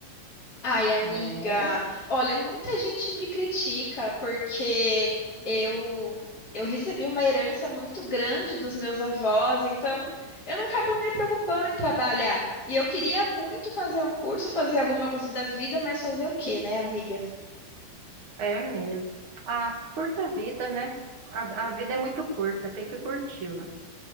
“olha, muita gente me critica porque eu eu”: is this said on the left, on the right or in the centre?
Left